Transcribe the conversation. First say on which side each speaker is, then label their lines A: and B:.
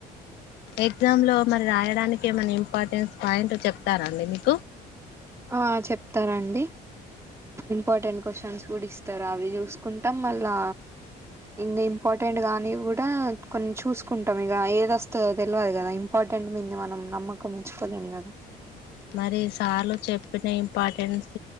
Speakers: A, on the left (about 80°); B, on the right (about 15°).
A: ఎగ్జామ్ లో మరి రాయడానికి. ఏమైనా ఇంపార్టెన్స్ పాయింట్ చెప్తారండి మీకు.
B: ఆ చెప్తారాండి. ఇంపార్టెంట్ క్వశ్చన్స్ కూడా ఇస్తారు. అవి చూసుకుంటాం మళ్ళా. ఇం ఇంపార్టెంట్ గాని కూడా కొంచం చూసుకుంటాం. ఇగ ఏది వస్తుందో తెలియదు కదా ఇంపార్టెంట్. దేని మీద మనం నమ్మకం ఉంచుకోలేం కదా.
A: మరి సార్లు చెప్పిన ఇంపార్టెన్స్